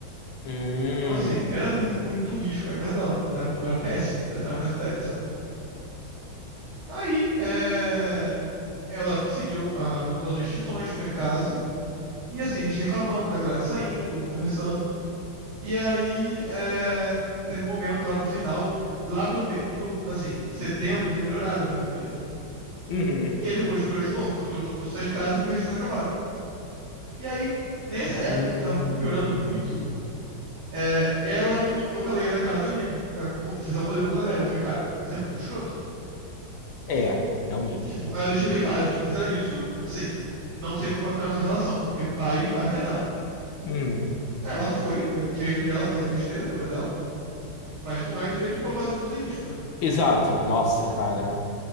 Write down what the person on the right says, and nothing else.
Então, assim, era muito risco ir à casa dela. Era, era péssimo, era uma péssima ideia, sabe? Aí, é, ela seguiu ah, todas as restrições, ficou em casa. E, assim, a gente reclamando da galera saindo, conversando. E aí, é, teve um momento lá pro final, porque lá pro, me- pro, assim, setembro deu melhorada a pandemia, né?
E aí depois piorou de novo, porque todo mundo pôs sair de casa porque as restrições acabaram. E aí, nessa época
que tava tudo piorando muito, é, ela me contou que ela ia na casa de uma amiga pra co- fazer um rolê com uma galera. Eu falei, cara, isso é muito escroto.
Tipo, aí eu deixei bem claro, se tu fizer isso, assim, não sei como vai ficar a nossa relação, porque vai, vai afetar.
Ela foi, é direito dela fazer besteira, problema é dela, mas não é direito colocar outras pessoas em risco, né?